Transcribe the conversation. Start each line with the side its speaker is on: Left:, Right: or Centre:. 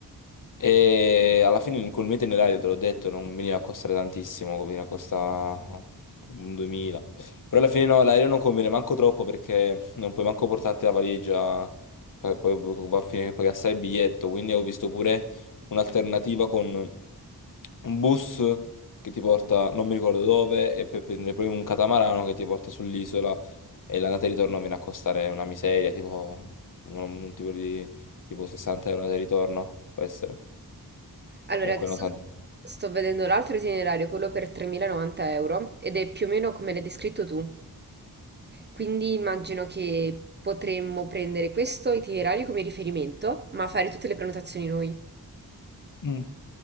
Left: E alla fine il- col mio itinerario, te l'ho detto, non veniva a costare tantissimo, veniva a costare un 2000. Però alla fine no, l'aereo non conviene manco troppo perché non puoi manco portarti la valigia, poi, poi va a finire che paghi assai il biglietto, quindi ho visto pure un'alternativa con un bus che ti porta non mi ricordo dove e per prendere poi un catamarano che ti porta sull'isola e l'andata e ritorno viene a costare una miseria, tipo un, un tipo di tipo 60 euro andata e ritorno, può essere.
Right: Allora,
Left: Comunque
Right: adesso
Left: non tanto.
Right: sto vedendo l'altro itinerario, quello per 3.090 euro, ed è più o meno come l'hai descritto tu. Quindi immagino che potremmo prendere questo itinerario come riferimento, ma fare tutte le prenotazioni noi.
Left: Mm.